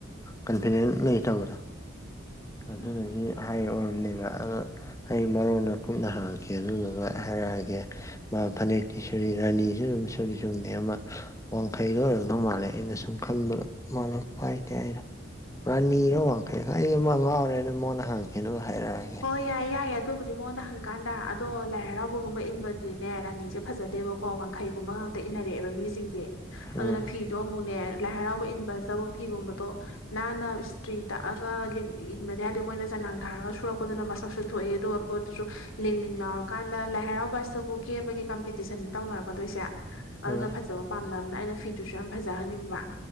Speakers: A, on the left (about 15°); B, on the left (about 90°).
A: ꯀꯟꯐꯤꯗꯦꯟ ꯂꯩ ꯇꯧꯕꯗꯣ ꯑꯗꯨꯗꯒꯤ
B: ꯎꯝ
A: ꯍꯥꯏꯌꯦ ꯑꯣꯏꯔꯔꯕꯅꯤꯅ ꯑꯗꯨ ꯑꯩ ꯃꯔꯣꯟꯗ ꯀꯨꯞꯅ ꯍꯜꯂꯛꯀꯦ ꯑꯗꯨꯗꯨꯒ ꯍꯥꯏꯔꯛꯑꯒꯦ ꯃꯥ ꯐꯅꯛꯇꯤ ꯁꯔꯤ ꯔꯥꯅꯤꯁꯨ ꯑꯗꯨ ꯁꯔꯤ ꯁꯨꯝꯅꯤ ꯑꯃ ꯋꯥꯡꯈꯩꯗ ꯑꯣꯏꯔꯒ ꯃꯥꯜꯂꯦ ꯑꯩꯅ ꯁꯨꯝ ꯈꯟꯕꯗ ꯃꯥꯜꯂꯦ ꯐꯥꯏ ꯇꯥꯏꯔꯣ ꯔꯥꯅꯤꯔ ꯋꯥꯡꯈꯩ ꯑꯩ ꯑꯃ ꯑꯉꯥꯎꯔꯦꯅ ꯃꯉꯗ ꯍꯪꯀꯦꯅ ꯍꯥꯏꯔꯛꯑꯒꯦ
B: ꯍꯣꯏ ꯌꯥꯏꯌꯦ ꯌꯥꯏ ꯑꯗꯨꯕꯨꯗꯤ ꯃꯉꯣꯟꯗ ꯍꯪꯀꯥꯟꯗ ꯑꯗꯣ ꯂꯥꯏ ꯍꯔꯥꯎꯕ ꯒꯨꯝꯕ ꯏꯟꯕꯗꯨꯗꯤꯅꯦ ꯔꯟꯅꯤꯡꯁꯦ ꯐꯖꯗꯦꯕꯀꯣ ꯋꯥꯡꯈꯩꯒꯨꯝꯕ ꯉꯥꯛꯇ ꯏꯟꯅꯔꯛꯑꯦꯕ ꯃꯤꯁꯤꯡꯁꯦ
A: ꯎꯝ
B: ꯑꯗꯨꯅ ꯐꯤ ꯐꯤꯗꯣ ꯑꯃꯨꯛꯅꯦ ꯂꯥꯏ ꯍꯔꯥꯎꯕ ꯏꯟꯕꯁꯇꯕꯨ ꯐꯤꯒꯨꯝꯕꯗꯣ ꯅꯥꯟꯅ ꯇ꯭ꯔꯤ ꯇꯛꯑꯒ ꯏꯟꯕ ꯌꯥꯗꯦ ꯃꯣꯏꯅ ꯆꯅꯥꯡ ꯊꯥꯔꯒ ꯁꯨꯔꯛꯄꯗꯨꯅ ꯃꯁꯛꯁꯨ ꯊꯣꯛꯑꯦ ꯑꯗꯨꯒꯗꯣ ꯑꯗꯨꯁꯨ ꯂꯤꯡ ꯂꯤꯡ ꯂꯥꯎꯔꯀꯥꯟꯗ ꯂꯥꯏ ꯍꯔꯥꯎꯕꯁꯇꯕꯨ ꯀꯦꯕꯒꯤ ꯀꯝꯄꯤꯇꯤꯁꯟ ꯇꯧꯅꯔꯛꯀꯗꯣꯏꯁꯦ ꯑꯗꯨꯅ
A: ꯎꯝ
B: ꯐꯖꯕ ꯄꯥꯝꯅꯕꯅ ꯑꯩꯅ ꯐꯤꯗꯨꯁꯨ ꯌꯥꯝ ꯐꯖꯍꯟꯅꯤꯡꯕ